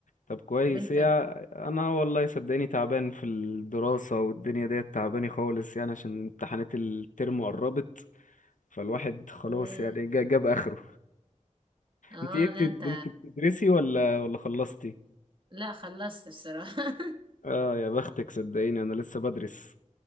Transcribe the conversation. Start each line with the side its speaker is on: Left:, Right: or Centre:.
Left: طب كويس
Right: وانت
Left: ايه انا والله صدقني تعبان في الدراسه والدنيا ديت تعباني خالص يعني عشان امتحانات الترم قربت فالواحد خلاص
Right: ياه
Left: يعني جا- جاب اخره
Right: اه
Left: انت ايه بتد...
Right: لا انت
Left: انت بتدرسي ولا ولا خلصتي
Right: لا خلصت بصراحه <laughs>
Left: اه يا بختك صدقيني انا لسه بدرس